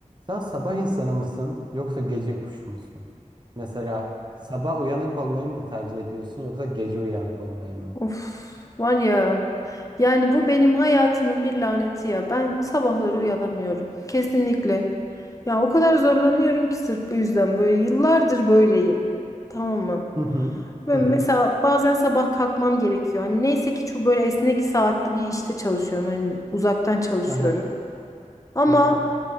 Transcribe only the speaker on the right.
Sen sabah insanı mısın yoksa gece kuşu musun? Mesela sabah uyanık olmayı mı tercih ediyorsun yoksa gece uyanık olmayı mı?
Hı hı.
Hı hı.
Hı hı.
Hı hı.